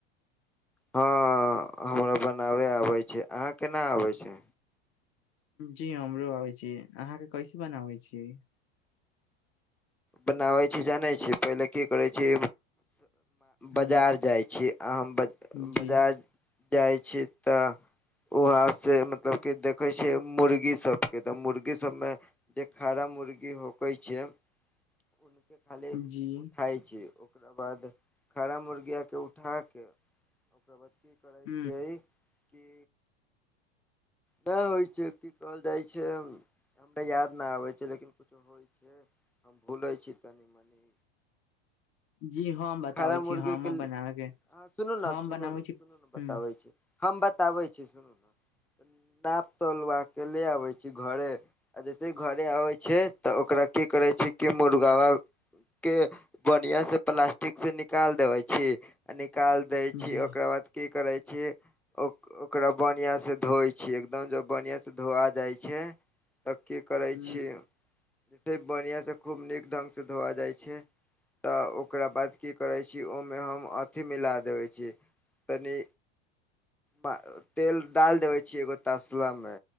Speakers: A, in the centre; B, on the left.
A: हँ हमरा बनाबै आबै छै, अहाँ के ना आबै छै?
B: जी हमरो आबै छी, अहाँके कैसे बनाबै छी?
A: बनाबै छी जानै छी, पहिले की करै छी?
B: ह
A: बजार जाइ छी, हम बज
B: जी
A: बजार जाइत छी तऽ वहाँ से मतलब कि देखै छियै मुर्गी सबके तऽ मुर्गीसभमे जे फार्म मुर्गी होक छै, उनके खाली
B: जी
A: उठाय छी। ओकरा बाद खारा मुर्गियाके उठाके ओकरा बाद की करय
B: ह
A: छीयइ की ना होइ छै की कहल जाय छै, हमरा याद ना आबे छै लेकिन कुछो होइ छै। जे हम भुलै छी तनि मनि।
B: जी हम बताबै
A: खड़ा मुर्गी
B: छी हम
A: के हँ
B: बनाबैके
A: सुनू ने
B: हम
A: सुनू
B: बनाबै
A: ने
B: छी
A: सुनू
B: ह्म्म
A: ने बताबै छी हम बताबै छी सुनू ना। नाप तौलबाे ले आबै छी घरे आ जैसे घरे आबै छै तऽ ओकरा की करै छै कि मुर्गाबा के बढ़िया से प्लास्टिक से निकाल देबे छी निकाल दय छी
B: जी
A: ओकरा बाद की करय छी ओक ओकरा बढ़िया से धोइ छी एकदम जब बढ़िआस धोआ जाइ छै तब की करै
B: ह
A: छी? जसे बढ़िआं से खूब नीक ढंग से धोआ जाइ छै। तऽ ओकरा बाद की करै छी? ओहिमे हम अथि मिला देबै छी। तनी प तेल डाल देबे छियै, एगो तसलामे